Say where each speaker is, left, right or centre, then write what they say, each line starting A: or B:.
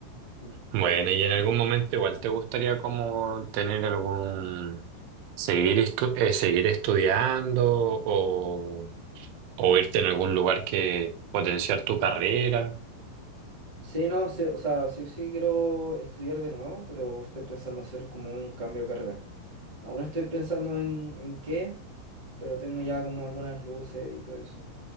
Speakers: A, on the right; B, on the right.
A: Mm.
B: Bueno, y en algún momento igual te gustaría como tener algún, seguir, estu- eh, seguir estudiando o, o irte en algún lugar que potenciar tu carrera,
A: Sí, no, sí, o sea, sí, sí quiero estudiar de nuevo, pero estoy pensando hacer como un cambio de carrera. Aún estoy pensando en, en qué, pero tengo ya como algunas luces y todo eso.